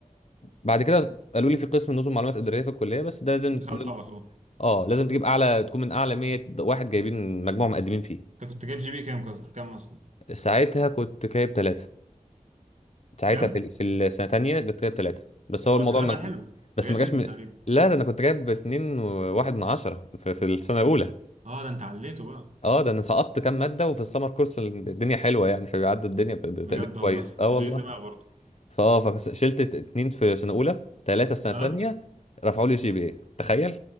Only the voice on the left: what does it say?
بعد كده قالوا لي في قسم نظم معلومات اداريه في الكليه بس ده لازم
لازم
اه لازم تجيب اعلى تكون من اعلى 100 واحد جايبين مجموع مقدمين فيه
ساعتها كنت جايب ثلاثة ساعتها
في في السنه الثانيه جبت جايب ثلاثه بس هو
الموضوع
ما...
بس
ما جاش
من
لا ده انا كنت جايب اتنين وواحد من عشرة في, في السنه الاولى
اه ده انا سقطت كام ماده وفي السمر كورس الدنيا حلوه يعني فبيعدي الدنيا ب- بتقدير
كويس اه
والله
فاه فشلت اتنين في سنه اولى ثلاثه سنه
ثانيه رفعوا لي جي بي اي تخيل